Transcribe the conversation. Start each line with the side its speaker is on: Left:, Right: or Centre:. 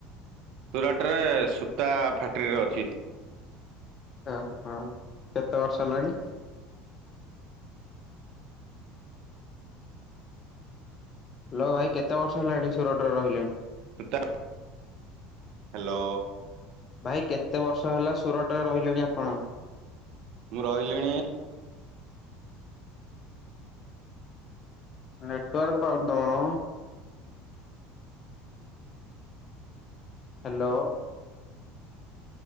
Right: ସୁରାଟ ରେ ସୁ ତା ଫ୍ୟାକ୍ଟ୍ରିରେ ଅଛି।
Left: ଓ ହ କେତେ ବର୍ଷ ହେଲାଣି? ଲୋ ଭାଇ କେତେ ବର୍ଷ ହେଲାଣି ସୁରଟରେ ରହିଲେଣି?
Right: ଟା ହ୍ୟାଲୋ।
Left: ଭାଇ କେତେ ବର୍ଷ ହେଲା ସୁରଟରେ ରହିଲେଣି ଆପଣ?
Right: ମୁଁ ରହିଲିଣି
Left: ନେଟୱାର୍କ ପାଉନି ତମର। ହ୍ୟାଲୋ।